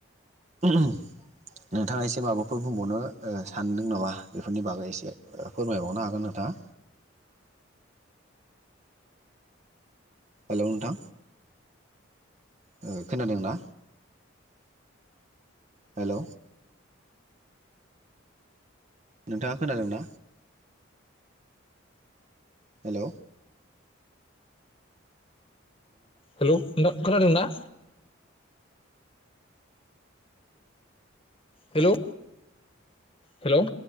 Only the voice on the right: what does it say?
ओम नोंथाङा एसे माबा फोर बुंबावनो ओ सानदों नामा बेफोरनि बागै एसे फोरमायबावनो हागोन नोंथाङा। हेलौ नोंथां ओ खोनादों ना हेल' नोंथाङा खोनादों ना हेल'